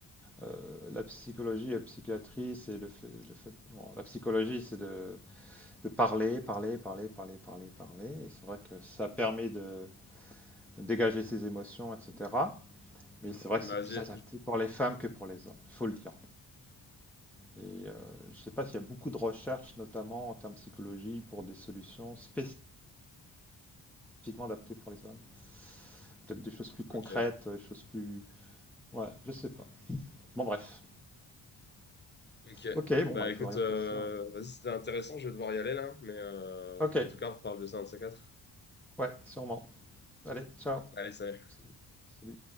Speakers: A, in the centre; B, on the left.
A: euh, la psychologie et la psychiatrie, c'est le fait, le fait- bon, la psychologie, c'est de, de parler, parler, parler, parler, parler, parler. Et c'est vrai que ça permet de dégager ses émotions, etc. Mais c'est vrai que
B: Vas-y,
A: c'est plus adapté pour les femmes que pour les hommes. Il faut le dire. Et euh, je ne sais pas s'il y a beaucoup de recherches, notamment en termes de psychologie, pour des solutions spécifiquement adaptées pour les hommes. Peut-être des choses plus concrètes,
B: Ok,
A: des choses plus. Ouais, je sais pas. Bon, bref.
B: ok.
A: Ok, bon,
B: Bah
A: bah, il
B: écoute,
A: faudra y
B: euh,
A: réfléchir.
B: vas-y, c'était intéressant, je vais devoir y aller là, mais euh,
A: Ok,
B: en tout cas, on reparle de ça un de ces quatre.
A: ouais, sûrement. Allez, ciao.
B: Allez, salut.
A: Salut.